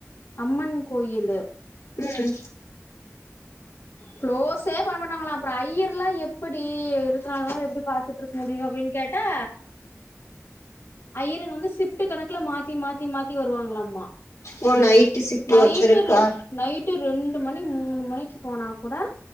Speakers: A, on the left; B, on the left.
A: அம்மன் கோயிலு
B: பிடிச்சிரு
A: க்ளோஸே பண்ண மாட்டாங்களா அப்பற ஐயர்ல்லா எப்புடி இருத்துநாலு மணிநேரமு எப்டி பாத்துட்ருக் முடியு அப்டின் கேட்டா ஐயருங்க வந்து சிஃப்ட் கணக்குல மாத்தி மாத்தி மாத்தி வருவாங்களாமா
B: ஓ நைட்டு சிஃப்ட்
A: நைட்டு
B: ஒருத்தருக்கா
A: ரெண் நைட்டு ரெண்டு மணி மூனு மணிக் போனா கூட